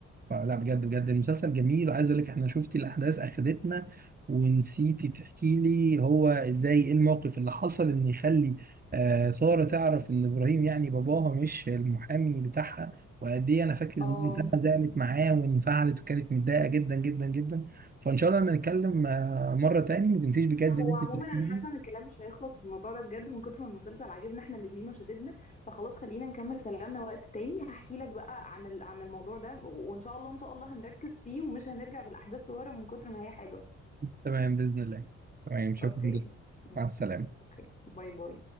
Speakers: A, on the right; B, on the left.
A: فلا بجد بجد المسلسل جميل وعايز اقول لك احنا شفتي الاحداث اخدتنا ونسيتي تحكي لي هو ازاي ايه الموقف اللي حصل ان يخلي آه سارة تعرف ان ابراهيم يعني باباها مش المحامي بتاعها وقد ايه انا فاكر
B: اه
A: ان دي بتاعها زعلت معاه وانفعلت وكانت متضايقة جدا جدا جدا فان شاء الله لما نتكلم آه مرة تاني ما تنسيش بجد
B: هو
A: ان انت
B: عموما
A: تحكي
B: انا
A: لي
B: حاسه ان الكلام مش هيخلص في الموضوع ده بجد من كتر ما المسلسل عاجبنا احنا الاتنين وشددنا فخلاص خلينا نكمل كلامنا وقت تاني هحكي لك بقى عن ال- عن الموضوع ده وان شاء الله ان شاء الله هنركز فيه ومش هنرجع بالاحداث لورا من كتر ما هي حلوه
A: تمام بإذن الله تمام شكرا
B: اوكي
A: مع السلامة
B: اوكي باي باي